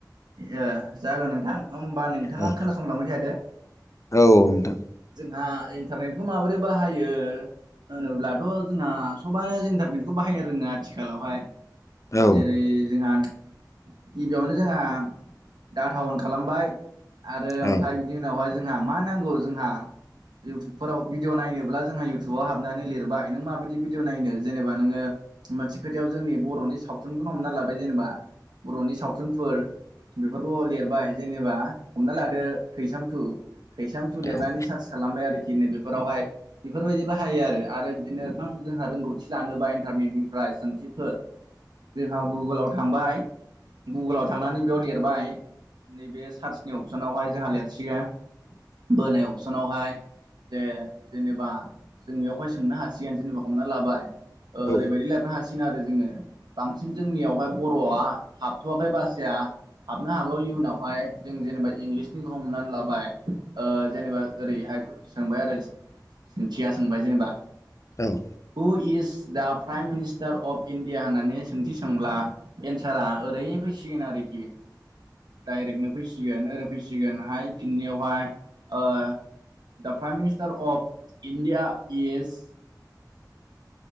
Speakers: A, on the right; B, on the left.
A: ए जागोन नोंथां होमबा नोंथाङा
B: औ
A: खोनासंलांबाय थादो।
B: औ नोंथां।
A: जोंहा इन्टारनेटखौ माबोरै बाहायो। होनोब्लाथ' जोंना सबानो इन्टारनेटखौ बाहायनो रोङो आथिखालावहाय।
B: औ
A: जेरै जोंहा गिबियावनो जोंहा डाटा अन खालामबाय। आरो ओमफ्राय
B: औ
A: बिनि उनावहाय जोंहा मा नांगौ जोंहा
B: <inaudible>
A: इउटुबफोराव भिडिअ नायनोब्ला जोंहा इउटुबाव हाबनानै लिरबाय नों माबायदि भिदिअ नायनो जेनेबा नोङो। मोनसे खोथायाव जोंनि बर'नि सावथुनखौनो हमना लाबाय जेनेबा बर'नि सावथुनफोर बेफोरखौ लिरबाय जेनेबा हमना लादो थैसाम थु थैसाम थु
B: औ
A: लिरनानै। सार्च खालामबाय आरोखि नैबेफोरावहाय बेफोरबायदि बाहायो आरो बिदिनो गोबां जोंहा रोंगौथि लानोबा इन्टारनेटनिफ्राय सोंथिफोर
B: <inaudible>
A: जोंहा गुगोलाव थांबाय गुगोलाव थांनानै बेयाव लिरबाय। नैबे सार्चनि अपसनावहाय जोंहा लिरसिगोन बोनाया अपसनावहाय जे जेनेबा जों बेयावहाय सोंनो हासिगोन जेनेबा हमना लाबाय। ओरैबायदि
B: औ
A: लिरनो हासिगोन गोन आरो जोङो बांसिन जोंनियावहाय बर'आ हाबथ'वाखै बासाया हाबनो हागौ इयुनावहाय जों जेनेबा इंग्लिसनिखौ हमनानै लाबाय जेनेबा ओरैहाय सोंबाय आरो सोंथिया सोंबाय जेनेबा।
B: औ
A: who is the prime minister of India होननानै सोंथि सोंब्ला एन्सारा ओरै फैसिगोन आरोखि। डाइरेक्टनो फैसिगोन ओरै फैसिगोनहाय फिननियावहाय ओ the prime minister of India is